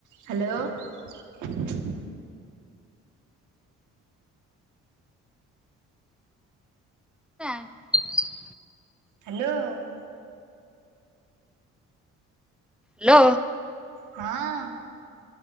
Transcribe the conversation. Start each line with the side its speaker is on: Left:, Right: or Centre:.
Right: Hello.
Centre: ହ <unintelligible>
Right: hello.
Centre: Hello.
Right: ହଁ